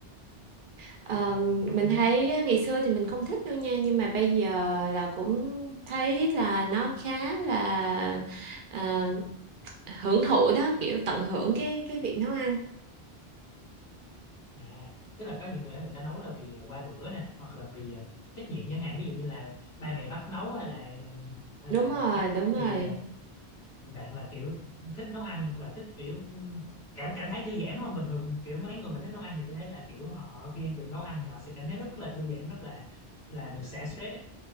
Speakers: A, on the right; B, on the left.
A: Ờ,
B: Ồ, nấu
A: mình
B: ăn
A: thấy
B: á.
A: ngày xưa thì mình không thích đâu nha, nhưng mà bây giờ là cũng thấy là nó khá là ờ, hưởng thụ đó, kiểu tận hưởng cái cái việc nấu ăn.
B: À, tức là có nhiều người á, người ta nấu là vì ờ, qua bữa nè hoặc là vì ờ, trách nhiệm chẳng hạn ví dụ như là ba mẹ bắt nấu hay là ờ, hay
A: Đúng
B: là
A: rồi,
B: đó
A: đúng rồi.
B: thì ờ, thì bạn là kiểu thích nấu ăn và thích kiểu ừm, cảm cảm thấy thư giãn đúng không? Bình thường kiểu mấy người mà thích nấu ăn thì tôi thấy là kiểu họ khi được nấu ăn thì họ sẽ cảm thấy rất là thư giãn rất là là được xả stress